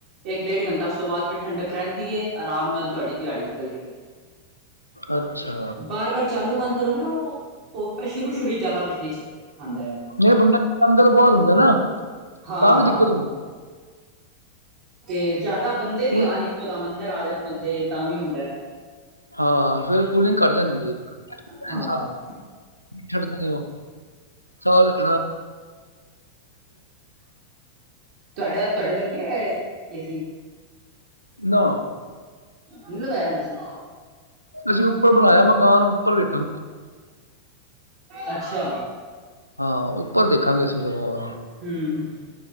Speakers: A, on the right (about 50°); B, on the left (about 85°).
A: ਇੱਕ ਡੇਢ ਘੰਟਾ ਉਸ ਤੋਂ ਬਾਅਦ ਫਿਰ ਠੰਡਕ ਰਹਿੰਦੀਏ ਆਰਾਮ ਨਾਲ ਤੁਹਾਡੀ ਦਿਹਾੜੀ ਨਿਕਲ ਜਾਏਗੀ
B: ਅੱਛਾ
A: ਬਾਰ ਬਾਰ ਚਾਲੂ ਬੰਦ ਕਰੋਗੇ ਨਾ ਉਹ ਉਹ ਪਰ ਸ਼ੁਰੂ ਸ਼ੁਰੂ ਜ਼ਿਆਦਾ ਬਿਜਲੀ ਚ ਖਾਂਦਾ ਹੈ
B: ਨਹੀਂ ਬੰਡਾ ਅੰਦਰ ਬੁਹਾਲ ਹੁੰਦਾ ਨਾ
A: ਹਾਂ
B: ਤਾਂ ਵੀ ਦਿੱਕਤ ਹੁੰਦੀ
A: ਤੇ ਜਿਆਦਾ ਬੰਦੇ
B: ਕੂਲ
A: ਵੀ ਆਉਣ ਇੱਕੋ ਦਮ ਅੰਦਰ ਆ ਜਾਣ ਬੰਦੇ ਤਾਂ ਵੀ ਹੁੰਦਾ।
B: ਹਾਂ ਫੇਿਰ ਕੂਲਿੰਗ ਕੱਟ ਜਾਂਦੀ ਹੈ
A: ਹਾਂ
B: ਇਨਸ ਛੱਡ ਨੇ ਉਹ ਸਾਹ ਲੈਣਾ
A: ਤੁਆਡਾ ਤੁਆਡੇ ਲੱਗੇਆ ਏ ਏਸੀ।
B: ਨਾ
A: ਨਹੀਂ ਲਗਾਇਆ, ਤੁਸੀਂ?
B: ਅਸੀਂ ਉੱਪਰ ਬਣਾਇਆ ਮਕਾਨ ਉੱਪਰ ਵੇਖਣ
A: ਅੱਛਾ।
B: ਹਾਂ ਉੱਪਰ ਦੇਖਾਂਗੇ ਅਸੀਂ ਲੋਵਾਂ ਨੂੰ
A: ਹਮ ਹ